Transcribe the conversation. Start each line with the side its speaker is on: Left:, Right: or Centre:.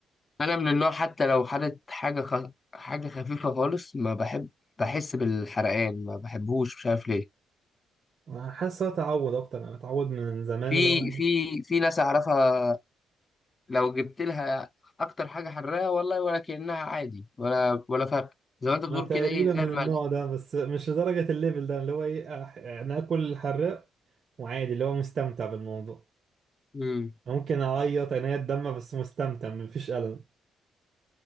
Left: انا من النوع حتى لو حدت حاجه خ... حاجه خفيفه خالص ما بحب بحس بالحرقان ما بحبوش مش عارف ليه
Right: انا حاسس هو تعود اكتر انا متعود من زمان
Left: في
Right: اللي هو
Left: في في ناس اعرفها لو جبت لها اكتر حاجه حراقه والله ولا كانها عادي ولا ولا فرق زي ما انت بتقول
Right: ما تقريبا
Left: كده ايه زي
Right: من
Left: الملح
Right: النوع ده بس مش لدرجة الليفل ده اللي هو ايه أح- انا اكل الحراق وعادي اللي هو مستمتع بالموضوع
Left: امم
Right: ممكن اعيط انا الدم بس مستمتع مفيش ألم